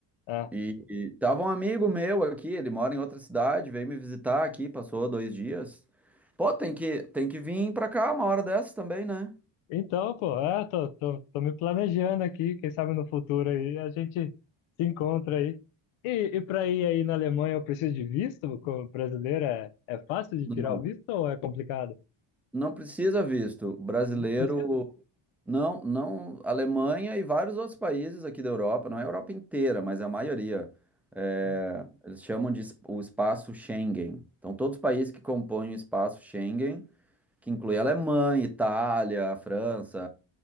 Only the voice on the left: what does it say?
é.
Então, pô, é, tô, tô, tô me planejando aqui, quem sabe no futuro aí a gente se encontra aí. E, e pra ir aí na Alemanha eu preciso de visto? Como brasileiro é, é fácil de
tirar o visto ou é complicado?
Eu não preciso?
Sim.